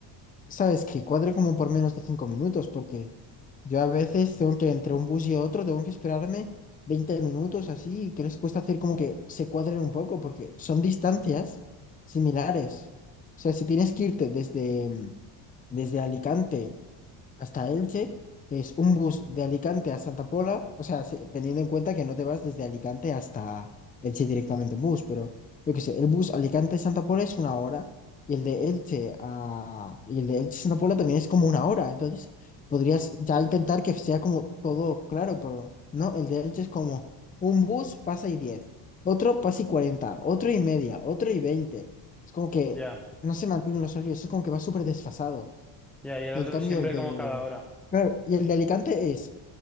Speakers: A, on the left; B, in the centre.
A: sabes, que cuadre como por menos de cinco minutos, porque Yo a veces tengo que entre un bus y otro, tengo que esperarme 20 minutos así, y que les cuesta hacer como que se cuadren un poco, porque son distancias similares. O sea, si tienes que irte desde, mm, desde Alicante hasta Elche, es un bus de Alicante a Santa Pola, o sea, si- teniendo en cuenta que no te vas desde Alicante hasta Elche directamente en bus, pero yo qué sé, el bus Alicante-Santa Pola es una hora y el de Elche a y el de Elche-Santa Pola también es como una hora, entonces podrías ya intentar que sea como todo claro, pero no, el de Elche es como un bus pasa y 10, otro pasa y 40, otro y media, otro y veinte, Es como que
B: Ya,
A: no se mantienen los horarios, es como que va súper desfasado.
B: ya, y el
A: Y
B: otro
A: en cambio
B: siempre
A: el de
B: como cada hora.
A: Claro, y el de Alicante es